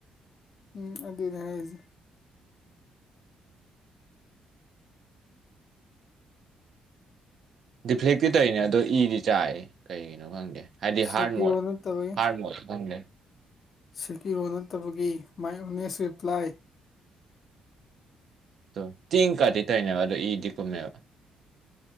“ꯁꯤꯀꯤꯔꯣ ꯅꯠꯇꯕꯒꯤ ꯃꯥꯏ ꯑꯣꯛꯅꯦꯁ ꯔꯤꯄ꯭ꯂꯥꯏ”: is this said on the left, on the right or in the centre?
Left